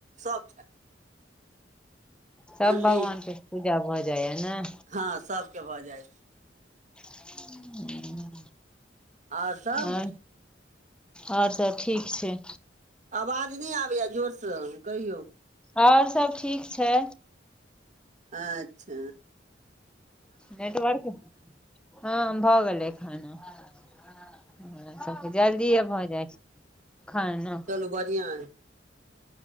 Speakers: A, on the right; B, in the centre.
A: सब छै
B: सब
A: नन्दी
B: भगवान के पूजा भऽ जैये ने?
A: हँ, सभके भऽ जाय
B: हुँ,
A: आओर सब
B: और? और सब ठीक छै।
A: आवाज नै आबैए जोर स कहियौ।
B: और सब ठीक छै।
A: आच्छ।
B: नेटवर्क, हँ भऽ गेलै खाना। हमरा सबके जल्दिए भऽ जाइ छै- खाना।
A: चलू बढ़िआँ हइ।